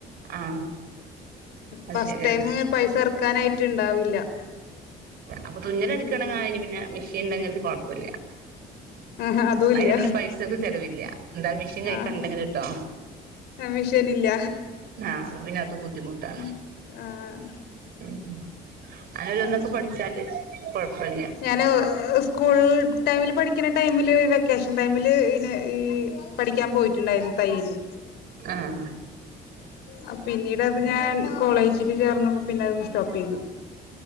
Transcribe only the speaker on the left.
ഫസ്റ്റ്
ടൈം പൈസ എറക്കാനായിട്ട് ഇണ്ടാവില്ല
ഉം
ആഹ് അതും
ഇല്ല
ആഹ്
കമ്മീഷനില്ല
ഉം ആഹ്
ഉം ഉം
ഞാന് സ്കൂൾ ടൈമില് പഠിക്ക്ണ ടൈമില് വെക്കേഷൻ ടൈമില് പിന്നെ ഈ പഠിക്കാൻ പോയിട്ടുണ്ടായിര്ന്നു തയ്യല്
ആഹ് പിന്നീട് അത് ഞാൻ കോളേജില് ചേർന്നപ്പോ പിന്നെഅഅങ് സ്റ്റോപ്പെയ്തു